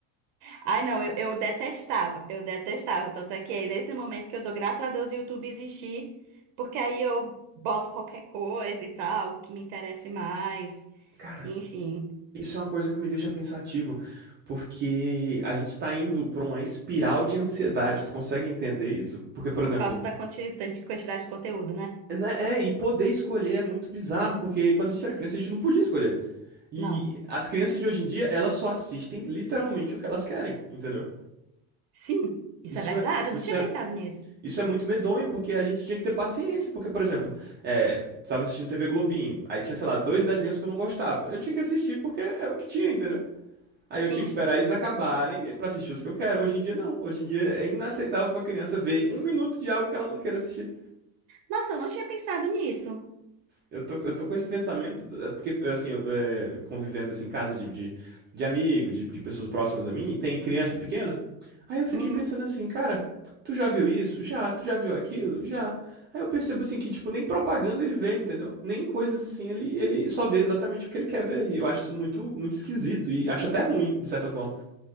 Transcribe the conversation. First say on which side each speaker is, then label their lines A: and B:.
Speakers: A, on the right; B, on the right.
A: Ai, não, eu, eu detestava, eu detestava. Tanto é que é nesse momento que eu dou graças a Deus o YouTube existir, porque aí eu boto qualquer coisa e tal, algo que me interesse mais.
B: Cara,
A: Enfim,
B: isso é uma coisa que me deixa pensativo, porque a gente tá indo pra uma espiral de ansiedade. Tu consegue entender isso? Porque, por exemplo,
A: por causa da quanti- tanti- quantidade de conteúdo, né?
B: né, é, e poder escolher é muito bizarro, porque quando a gente era criança a gente não podia escolher. E
A: Não.
B: as crianças de hoje em dia, elas só assistem literalmente o que elas querem, entendeu?
A: Sim, isso
B: Isso
A: é verdade,
B: é,
A: eu
B: isso
A: não tinha
B: é,
A: pensado nisso.
B: isso é muito medonho, porque a gente tinha que ter paciência, porque, por exemplo, é, tava assistindo TV Globinho, aí tinha, sei lá, dois desenhos que eu não gostava. Eu tinha que assistir porque é o que tinha, entendeu? Aí
A: Sim.
B: eu tinha que esperar eles acabarem pra assistir os que eu quero. Hoje em dia, não. Hoje em dia é inaceitável pra criança ver um minuto de algo que ela não queira assistir.
A: Nossa, eu não tinha pensado nisso.
B: Eu tô, eu tô com esse pensamento, é, porque, assim, eu, é, convivendo, assim, em casa de, de, de amigo, de, de pessoas próximas a mim, e tem criança pequena. Aí eu fiquei
A: Uhum.
B: pensando assim, cara, tu já viu isso? Já. Tu já viu aquilo? Já. Aí eu percebo, assim, que, tipo, nem propaganda ele vê, entendeu? Nem coisas assim, ele, ele só vê exatamente o que ele quer ver. E eu acho isso muito, muito esquisito e acho até ruim, de certa forma.